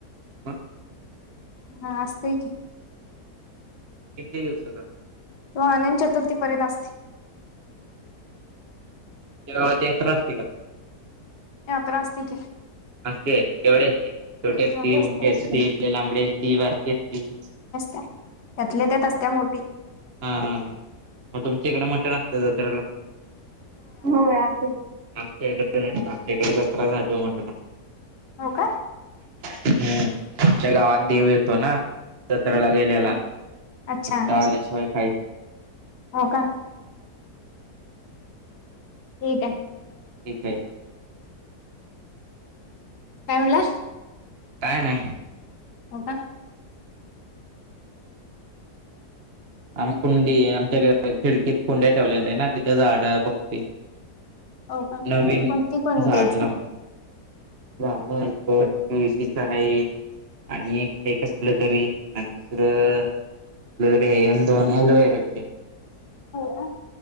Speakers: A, on the right (about 45°); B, on the left (about 75°).
A: ब
B: हा असत की
A: किती दिवसचा?
B: त आनयन चतुर्थीपर ना असते
A: तुमच्या गावात यात्र असते का
B: यात्रा असते की.
A: असते तेवढे असते छोटे असतील
B: मोठी असते
A: मोठे असतील लांबडी असतील वारकी असतील
B: त त्यातले त्या असत्या मोठी
A: हा ह ह मग तुमच्या इकडे मटण असत जत्रेला, होय असते की. आमच्या इकडे नाही आमच्या इकडे जत म्हणत ना
B: हो का
A: हम्म आमच्या गावात
B: हा
A: देव येतो ना जत्रेला गेलेलाल्याशिवाय
B: अच्छा
A: काही
B: हो का ठीक आहे
A: ठीक आहे
B: काय म्हणला
A: काय नाही
B: हो का
A: आम कुंडी आमच्या खिडकीत कुंड्या ठेवलेल्या ना तिथं झाडं बघते
B: हो का
A: नवीन
B: कोणती कोणती
A: झाड लावून झाड कुळशीच आहे. आणि एक हे कसलं तरी आणि दुसरं तरी दोन अलोवेराचे
B: हो का?